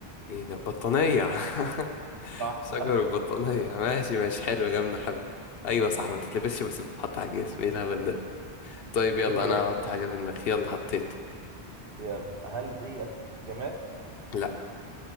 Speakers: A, on the left; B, on the right.
A: ايه ده بطانية <laughs>
B: صح
A: شجر وبطانية ماشي ماشي حلو جامدة حلو ايوه صح ما تتلبسش بس بتتحط على الجسم ايه الهبل ده طيب
B: <laughs>
A: يلا
B: جامد
A: انا هحط حاجة في دماغي يلا حطيت
B: يلا هل ديت جماد
A: لا